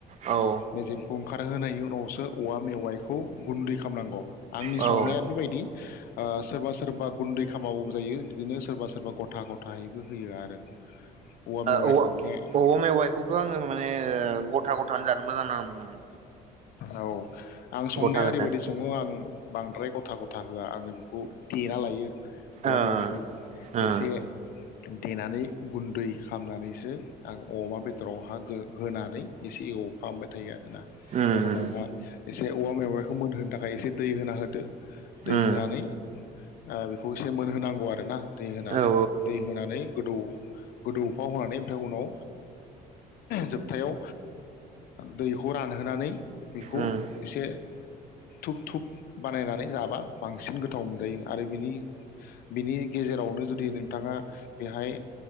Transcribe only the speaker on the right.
औ
औ
ओ औ
औया मेवाइखौथ' आङो माने गथा गथ ओंखाम जानो मोजां नाङामोन माने।
गथा गथा
ओ ओ
उम
उम
उम
औ
उम